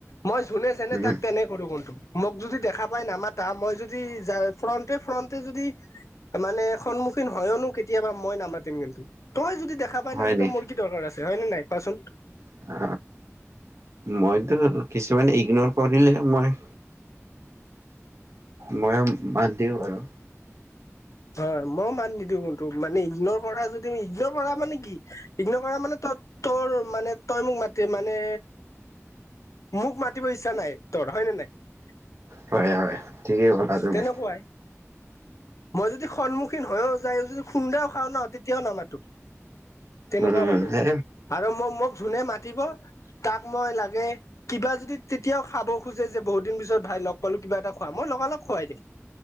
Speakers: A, on the left; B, on the right.
A: মই যোনে যেনে
B: উম
A: তাক তেনে কৰো‌ ম‌ই মোক যদি দেখা পাই নামাতা মই যদি য ফ্ৰণ্টে ফ্ৰণ্টে যদি মানে সন্মুখীন হয়নো কেতিয়াবা মই নামাতিম কিন্তু তই যদি দেখা পাই
B: হয়
A: নাই ম এটা
B: নেকি
A: মোৰ কি দৰকাৰ আছে হয় নে নাই কোৱাচোন
B: অ মইতো কিছুমানে ইগনৰ কৰিলে মই মই বাদ দিওঁ আৰু
A: হয় মই মাত নিদিওঁ ত মানে ইগন কৰা যদি ইগনৰ কৰা মানে কি ইগন কৰা মানে তই তোৰ মানে তই মোক মাতি মানে মোক মাতিব ইচ্ছা নাই তোৰ হয়নে নাই
B: হয় হয় ঠিকেই কলা তুমি
A: তেনেকুৱাই মই যদি সন্মুখীন হৈয়ো যায় যদি সুন্দাও খাওঁ ন তেতিয়াও নামাতো তেনেকুৱা
B: উম
A: মানুহ
B: হে
A: মই আৰু মই মোক যোনে মাতি তাক মই লাগে কিবা যদি তেতিয়াও খাব খোজে যে বহুত দিন পিছত ভাই লগ পালো কিবা এটা খোৱা মই লগা লগ খোৱাই দিম